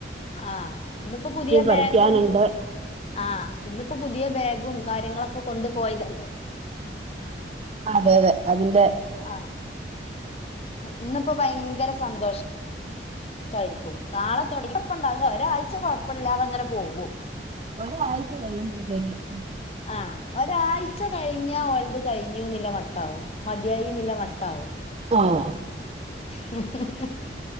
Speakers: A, on the left; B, on the right.
A: ആഹ ഇന്ന്പ്പൊപുതിയബാഗും
B: പഠിക്കാനുണ്ട്
A: ആഹ ഇന്നിപ്പോപുതിയ ബാഗും കാര്യങ്ങളൊക്കെ കൊണ്ട്പോയതല്ലേ
B: അതെഅതെ അതിന്റെ
A: ആഹ ഇന്നിപ്പോഭയങ്കര സന്തോഷം <unintelligible> നാളെതൊടങ്ങി കുഴപ്പുണ്ടാവില്ലാ ഒരാഴ്ച്ചകൊഴപ്പല്ലതെങ്ങനെ പോകും
B: ഒരാഴ്ച്ചകയിമ്പോൾതേക്കും
A: ആഹ ഒരാഴ് ഉച്ചകഴിഞ്ഞാൽ ഓൽത് കഴിഞ്ഞുനില്ല മട്ടാവും മതിയായിനില്ല മട്ടാവും
B: <unintelligible>
A: <unintelligible>